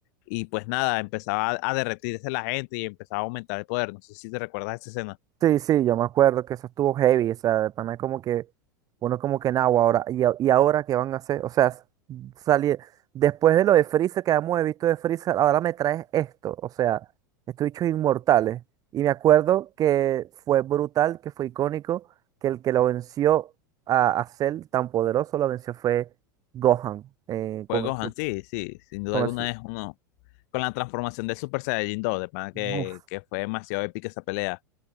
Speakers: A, on the left (about 55°); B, on the right (about 35°).
A: y pues nada, empezaba a derretirse la gente y empezaba a aumentar el poder. No sé si te recuerdas esa escena.
B: Sí, sí, yo me acuerdo que eso estuvo heavy, o sea, de pana como que uno como que nagua ahora, y, a- y ahora qué van a hacer, o sea, s- salir, después de lo de Freezer que hemos visto de Freezer, ahora me traes esto, o sea, estos bichos inmortales, y me acuerdo que fue brutal, que fue icónico, que el que lo venció a, a Cell tan poderoso, lo venció fue Gohan, eh,
A: Fue
B: con
A: Gohan,
B: el, su-
A: sí, sí, sin duda
B: con
A: alguna
B: el, su-
A: es uno. Con la transformación de Super Saiyajin 2, de pana
B: buf.
A: que, que fue demasiado épica esa pelea.